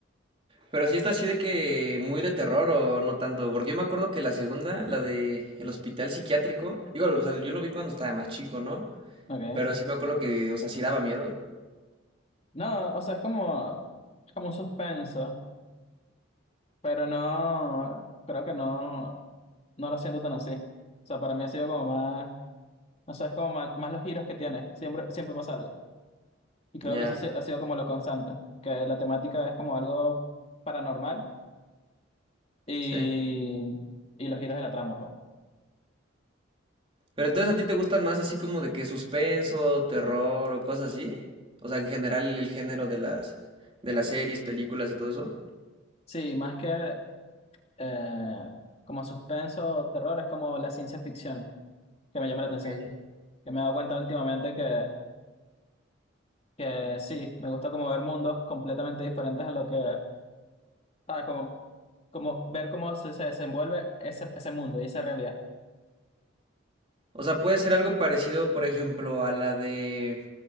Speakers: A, on the right; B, on the left.
A: Pero sí está así de que muy de terror o no tanto, porque yo me acuerdo que la segunda, la de el hospital psiquiátrico, digo, o sea, yo lo vi cuando estaba más chico, ¿no?
B: Ok.
A: Pero sí me acuerdo que, o sea, sí daba miedo.
B: No, o sea, es como, es como un suspenso, pero no, creo que no, no lo siento tan así. O sea, para mí ha sido como más, no sé, es como más, más los giros que tiene. Siempre, siempre pasa algo. Y creo
A: Ya,
B: que eso ha si- ha sido como lo constante, que la temática es como algo paranormal y,
A: sí.
B: y los giros de la trama, pues.
A: Pero entonces a ti te gustan más así como de que suspenso, terror o cosas así? O sea, en general el género de las de las series, películas y todo eso.
B: Sí, más que eh, como suspenso, o terror, es como la ciencia ficción que me llama la
A: Ok.
B: atención. Yo me he dado cuenta últimamente que, que sí, me gusta como ver mundos completamente diferentes a lo que, ¿sabes? Como, como ver cómo se, se desenvuelve ese, ese mundo y esa realidad.
A: O sea, puede ser algo parecido, por ejemplo, a la de